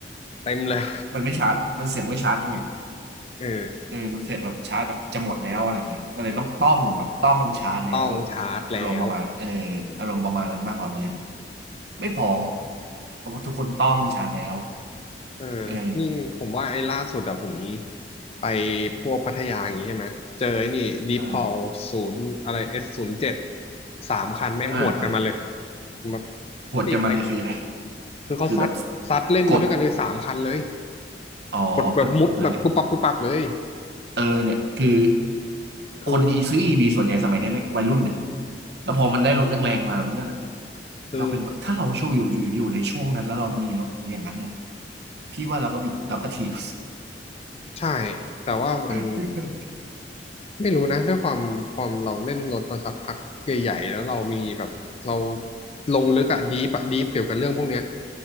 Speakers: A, on the left; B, on the right.
A: เต็มเลย
B: มันไม่ชาร์จมันเสียงไม่ชาร์จยังไง
A: เออ
B: เออมันเสียงแบบชาร์จแบบจะหมดแล้วอะไรอย่างเงี้ยก็เลยต้องต้องแบบต้องชาร์จแล้ว
A: ต้องชาร์จแล้ว
B: อารมณ์ประมาณเอออารมณ์ประมาณนั้นมากกว่ามันเลยแบบไม่พอเพราะว่าทุกคนต้องชาร์จแล้ว
A: เออ
B: เอ
A: นี่ผมว่าไอ้ล่าสุดอะผม
B: อ
A: ไปพวกพัทยาอย่างงี้ใช่ไหมเจอไอ้นี่ดีพอลศูนย์อะไรเอสศูนย์เจ็ด
B: อ่า
A: สามคันแม่งหวดกันมาเลย
B: อ่าอ่า
A: ผมแบบ
B: ปวดกันมาเลยคือยังไง
A: รีบไป คือเขาซัดซัดเล่นมาด้วยกันเลยสามคันเลย
B: คือแบบกดอ๋อก็นั่นแหละ
A: กดแบบมุดแบบปุ๊บปับปุ๊บปับเลย
B: เออเนี่ยคือ
A: คือ
B: คนอีซื้ออีวีส่วนใหญ่สมัยเนี้ยไม่วัยรุ่นเนี่ยแล้วพอมันได้รถแรงๆมามันก็เนี่ย
A: คือ
B: เราเป็นแบบถ้าเราช่วงอยู่อยู่อยู่ในช่วงนั้นแล้วเรามีรถอย่างนั้นเนี่ยพี่ว่าเราก็บีเราก็ถีบ
A: ใช่ แต่ว่ามัน
B: <laughs>
A: ไม่รู้นะด้วยความความเราเล่นรถมาสักพักใหญ่ๆแล้วเรามีแบบเราลงลึกอะดีปอะดีปเกี่ยวกับเรื่องพวกเนี้ย